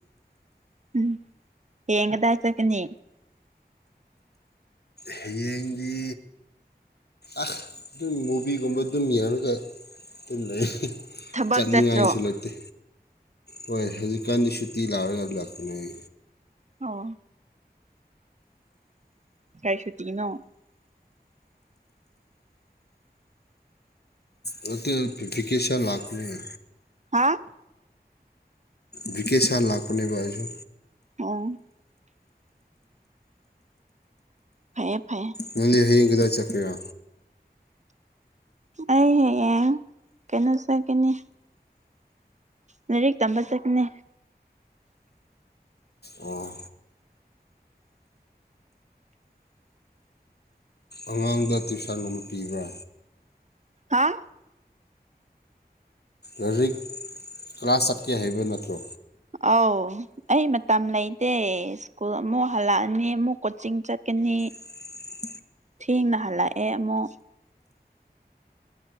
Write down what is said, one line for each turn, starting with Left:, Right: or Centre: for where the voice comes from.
Right: ꯎꯝ ꯍꯌꯦꯡ ꯀꯗꯥꯏ ꯆꯠꯀꯅꯤ
Left: ꯍꯌꯦꯡꯗꯤ ꯑ ꯑꯗꯨꯝ ꯃꯨꯚꯤꯒꯨꯝꯕ ꯑꯗꯨꯝ ꯌꯦꯡꯂꯒ ꯑꯗꯨꯝ ꯂꯩ
Right: ꯊꯕꯛ
Left: ꯆꯠꯅꯤꯉꯥꯏꯁꯨ
Right: ꯆꯠꯇ꯭ꯔꯣ
Left: ꯂꯩꯇꯦ ꯍꯣꯏ ꯍꯧꯖꯤꯛꯀꯥꯟꯗꯤ ꯁꯨꯇꯤ ꯂꯥꯛꯔꯒ ꯂꯥꯛꯄꯅꯦ
Right: ꯑꯣ ꯀꯩ ꯁꯨꯇꯤꯅꯣ
Left: ꯅꯠꯇꯦ ꯅꯠꯇꯦ ꯕꯤꯀꯦꯁꯟ ꯂꯥꯛꯄꯅꯦ
Right: ꯍꯥ
Left: ꯚꯤꯀꯦꯁꯟ ꯂꯥꯛꯄꯅꯦꯕ ꯑꯩꯖꯨ
Right: ꯑꯣ ꯐꯩꯌꯦ ꯐꯩ
Left: ꯅꯪꯗꯤ ꯍꯌꯦꯡ ꯀꯗꯥꯏ ꯆꯠꯀꯦꯔꯥ
Right: ꯑꯩ ꯍꯌꯦꯡ ꯀꯩꯅꯣ ꯆꯠꯀꯅꯤ ꯂꯥꯏꯔꯤꯛ ꯇꯝꯕ ꯆꯠꯀꯅꯤ
Left: ꯑꯣ ꯑꯉꯥꯡꯗ ꯇꯨꯏꯁꯟꯒꯨꯝꯕ ꯄꯤꯕ꯭ꯔꯥ
Right: ꯍꯥ
Left: ꯂꯥꯏꯔꯤꯛ ꯀ꯭ꯂꯥꯁ ꯆꯠꯀꯦ ꯍꯥꯏꯕ ꯅꯠꯇ꯭ꯔꯣ
Right: ꯑꯧ ꯑꯩ ꯃꯇꯝ ꯂꯩꯇꯦ ꯁ꯭ꯀꯨꯜ ꯑꯃꯨꯛ ꯍꯜꯂꯛꯑꯅꯤ ꯑꯃꯨꯛ ꯀꯣꯆꯤꯡ ꯆꯠꯀꯅꯤ
Left: <inaudible>
Right: ꯊꯦꯡꯅ ꯍꯜꯂꯛꯑꯦ ꯑꯃꯨꯛ